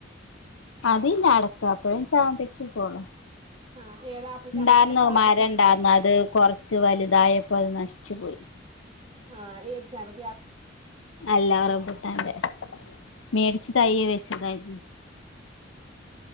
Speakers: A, on the left (about 90°); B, on the right (about 30°).
A: അതില്ല അടക്കപ്പ ചാമ്പക്കക്കെ ഉള്ളു
B: ആഹ് ഏതാ ആപ്പിൾ
A: ഇണ്ടാരുന്നവമാരരുന്നത്
B: ചാമ്പക്കെ അതോ സാധാ ചാമ്പക്കെ
A: കൊറച്ചു വലുതായപോ അത് നശിച്ചുപോയി
B: ആ ഈഒരു ചാമ്പക്കയാ
A: അല്ല റംബൂട്ടന്റെ മേടിച്ചി തയ്യേ വെച്ചതാരുന്നു